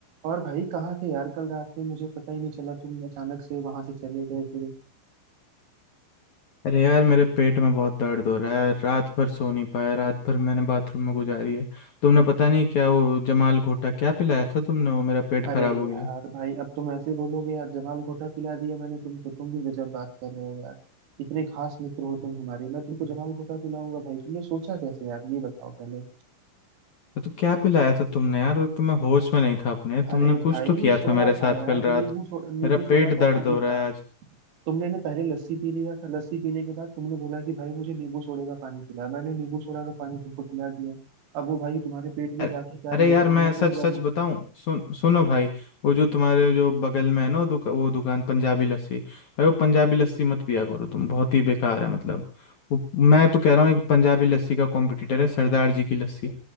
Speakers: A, on the right; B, on the left.
A: और भाई कहाँ थे यार कल रात में मुझे पता ही नहीं चला तुम अचानक से वहां से चले गए फिर
B: अरे यार मेरे पेट में बहुत दर्द हो रहा है रात भर सो नहीं पाया रात भर मैंने बाथरूम में गुजारी है तुमने पता नहीं क्या वो जमाल घोटा क्या पिलाया था तुमने वो मेरा पेट
A: अरे
B: खराब हो
A: यार
B: गया
A: भाई अब तुम ऐसे बोलोगे यार जमाल घोटा पिला दिया मैंने तुमको तुम भी गजब बात कर रहे हो यार इतने खास मित्र हो तुम हमारे मैं तुमको जमाल घोटा पिलाऊंगा भाई तुमने सोचा कैसे यार ये बताओ पहले
B: तो क्या पिलाया था तुमने यार वो तो मैं होश में नहीं था अपने तुमने
A: अरे
B: कुछ
A: भाई
B: तो किया
A: सोडा
B: था मेरे साथ
A: था यार
B: कल रात
A: नींबू सो, नींबू
B: मेरा
A: सोडा
B: पेट
A: का
B: दर्द
A: पानी
B: हो रहा
A: था
B: है आज
A: तुमने ना पहले लस्सी पी लिया था लस्सी पीने के बाद तुमने बोला कि भाई मुझे नींबू सोडे का पानी पिला मैंने नींबू सोडा का पानी तुमको पिला दिया अब वो भाई तुम्हारे पेट
B: अरे
A: में जाके क्या
B: अरे
A: रिएक्शन
B: यार मैं
A: हुआ
B: सच
A: तुम जानो
B: सच बताऊं सुन सुनो भाई वो जो तुम्हारे जो बगल में है ना वो दुका, वो दुकान पंजाबी लस्सी भाई वो पंजाबी लस्सी मत पिया करो तुम बहुत ही बेकार है मतलब वो मैं तो कह रहा हूँ एक पंजाबी लस्सी का कॉम्पिटिटर है सरदार जी की लस्सी